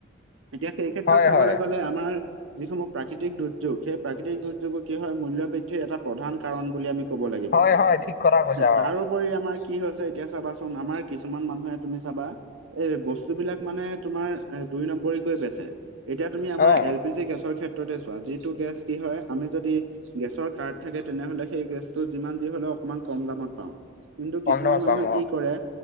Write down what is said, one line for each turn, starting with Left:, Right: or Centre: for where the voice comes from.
Right: এতিয়া সেই ক্ষেত্ৰত
Left: হয়
Right: চাবলে
Left: হয়
Right: গ'লে আমাৰ যিসমূহ প্ৰাকৃতিক দুৰ্যোগ সেই প্ৰাকৃতিক দুৰ্যোগো কি হয় মূল্য বৃদ্ধিৰ এটা প্ৰধান কাৰণ বুলি আমি কব লাগিব
Left: হয় হয় ঠিক কথা কৈছা
Right: তাৰো
Left: অ
Right: উপৰি আমাৰ কি হৈছে এতিয়া চাবাচোন আমাৰ কিছুমান মানুহে তুমি চাবা এই বস্তু বিলাক মানে তোমাৰ এ দুই নম্বৰীকৈ বেচে এতিয়া তুমি আমাৰ
Left: অ
Right: এল পি জি গেছৰ ক্ষেত্ৰতে চোৱা যিটো গেছ কি হয় আমি যদি গেছৰ কাৰ্ড থাকে তেনেহলে সেই গেছটো যিমান যি হলও অকমান কম দামত পাওঁ কিন্তু
Left: কম
Right: কিছুমান
Left: দামত
Right: মানুহে
Left: পাম অ
Right: কি কৰে